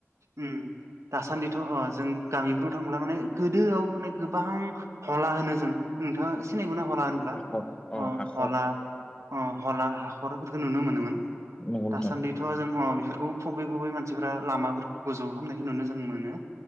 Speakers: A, on the right (about 80°); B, on the left (about 25°).
A: ओ दासान्दिथ' अ जों गामिफ्राव थांब्ला माने गोदोआव माने गोबां हला होनो जों नोंथांङा सिनायखौना हला होनब्ला
B: हाखर
A: अ
B: हाखर
A: हला अ हला हाखरफोरखौ नुनो मोनोमोन
B: नंगौ नोंथां
A: दासान्दि थ' जों अ बेफोरखौ फबै फबै मानसिफ्रा लामाफोरखौ गोजौ खालामामनायखौ नुनो जों मोनो